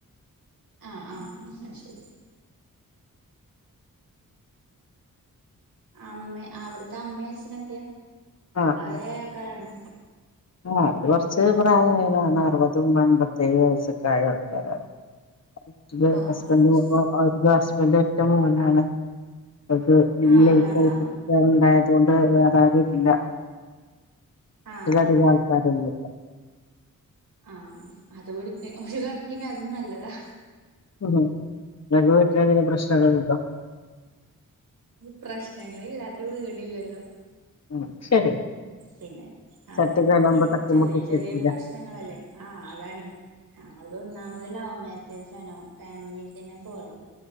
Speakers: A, on the right (about 80°); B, on the left (about 50°).
A: ആഹ് ആഹ് എന്നാ ശരി അമ്മേ അവിട്ത്തെ അമ്മേ അച്ഛനൊക്കെയാ
B: ആഹ്
A: പ്രായായ
B: ആഹ്
A: ആൾക്കാരാണോ
B: ആഹ് അവര് കൊറച്ച് പ്രായാ ആയോലാണ് അറുപതും അൻപത്തേഴും വയൊസ്സക്കായ ആൾക്കാരാണ് വീട്ടില്
A: ആഹ്
B: ഹസ്ബൻഡും
A: അത് ശരി
B: ഓ അത് ഹസ്ബൻഡ് ഒറ്റ മോനാണ് <unintelligible>
A: ആഹ് ഒരാളാ
B: വേറാരും ഇല്ല
A: ആഹ്
B: അ ആൾക്കാരൊന്നല്ല
A: ആഹ അത് ഒരു കണക്കിന് അതും നല്ലതാ
B: ഉ നൽക വറ്റധിലെ പ്രശ്നങ്ങൾുണ്ടോ
A: പ്രശ്നങ്ങില്ലാത്ത വീടില്ലല്ലോ
B: ഉ ശരി
A: പിന്നെ ആഹ
B: ചട്ടി കലാകുമ്പോ
A: പിന്നെ
B: തട്ടിമുട്ടിക്കില്ല
A: ചെറിയ ചെറിയ പ്രശ്നങ്ങളല്ലേ ആഹ അതാണീ ഞങ്ങത് ഒന്നാമതില ആാവേ ാണോ ഫാമിലി തന്നെ പോയത്